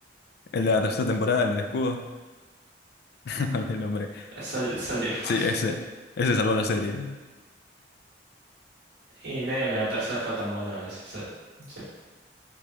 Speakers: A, on the left; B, on the right.
A: El de la tercera temporada, el de escudo. <laughs> No olvidé el nombre.
B: Es el Soldier
A: Sí,
B: Boy.
A: ese. Ese salvó la serie. ¿eh?
B: Y medio que la tercera fue tan buena gracias a- veces. eh, sí.